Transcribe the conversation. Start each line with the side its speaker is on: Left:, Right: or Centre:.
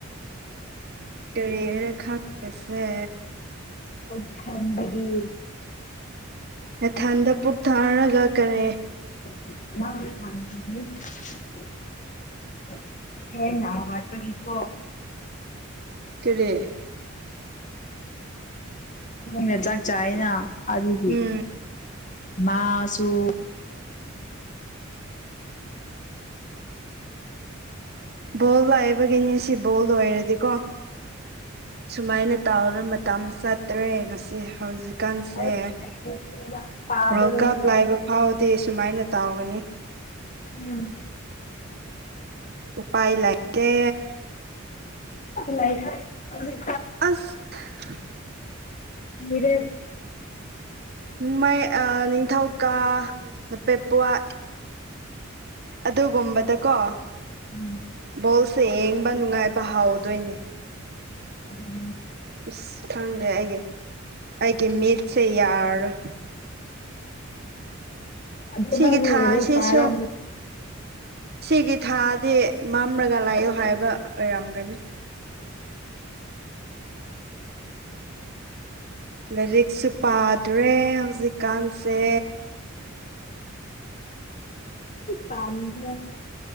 Right: ꯀꯔꯤꯔ ꯈꯪꯁꯦ
Left: ꯄꯨ ꯊꯗꯗꯤ
Right: ꯃꯦꯊꯥꯟꯗ ꯄꯨꯛ ꯊꯥꯔꯒ ꯀꯔꯦ
Left: <unintelligible> ꯍꯦꯅ ꯑꯋꯥ ꯇꯥꯏꯀꯣ
Right: ꯀꯔꯤ
Left: ꯅ ꯆꯥꯛ ꯆꯥꯅ ꯑꯗꯨꯗꯤ
Right: ꯎꯝ
Left: ꯃꯥꯁꯨ
Right: ꯕꯣꯜ ꯂꯥꯛꯕꯒꯤꯅꯦ ꯁꯤ ꯕꯣꯜ ꯑꯣꯏꯔꯗꯤꯀꯣ ꯁꯨꯃꯥꯏꯅ ꯇꯥꯎꯔ ꯃꯇꯨꯡ ꯃꯇꯝ ꯆꯠꯇ꯭ꯔꯦ ꯉꯁꯤ ꯍꯧꯖꯤꯛ ꯀꯟꯁꯦ
Left: ꯑꯩ ꯂꯥꯏꯔꯤꯛ ꯄꯥꯗꯕꯅꯤ
Right: ꯋꯥꯔꯜ ꯀꯞ ꯂꯥꯏꯕ ꯐꯥꯎꯗꯤ ꯁꯨꯃꯥꯏꯅ ꯇꯥꯎꯒꯅꯤ
Left: ꯎꯝ
Right: ꯎꯄꯥꯏ ꯂꯩꯇꯦ
Left: ꯂꯥꯏ ꯐꯔ ꯑꯗꯨ ꯁꯤ
Right: ꯑꯁ <unintelligible>
Left: ꯎꯗ
Right: ꯃꯥꯏ ꯅꯤꯡꯊꯧꯀꯥ ꯅꯄꯦꯄꯠ ꯑꯗꯨꯒꯨꯝꯕꯗꯀꯣ
Left: ꯎꯝ
Right: ꯕꯣꯜꯁꯦ ꯌꯦꯡꯕ ꯅꯨꯡꯉꯥꯏꯕ ꯍꯥꯎꯗꯣꯏꯅꯦ
Left: ꯎꯝ
Right: ꯑꯁ ꯈꯪꯗꯦ ꯑꯩꯒꯤ ꯑꯩꯒꯤ ꯃꯤꯠꯁꯦ ꯌꯥꯔ
Left: ꯑꯗꯨꯃ
Right: ꯁꯤꯒꯤ ꯊꯥꯁꯤꯁꯨ
Left: ꯄꯔꯥꯝ
Right: ꯁꯤꯒꯤ ꯊꯥꯗꯤ ꯃꯝꯂꯒ ꯂꯥꯛꯌꯣ ꯍꯥꯏꯕ ꯑꯣꯏꯔꯝꯒꯅꯤ
Left: ꯎ
Right: ꯂꯥꯏꯔꯤꯛꯁꯨ ꯄꯥꯗ꯭ꯔꯦ ꯍꯧꯖꯤꯛꯀꯥꯟꯁꯦ
Left: ꯇꯖ